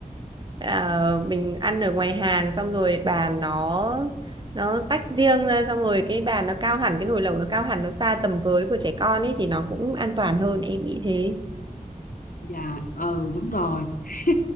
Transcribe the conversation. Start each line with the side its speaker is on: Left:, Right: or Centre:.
Right: Ờ, mình ăn ở ngoài hàng xong rồi bàn nó nó tách riêng ra xong rồi cái bàn nó cao hẳn cái nồi lẩu nó cao hẳn nó xa tầm với của trẻ con ấy thì nó cũng an toàn hơn em nghĩ thế
Left: dạ ừ đúng rồi <laughs>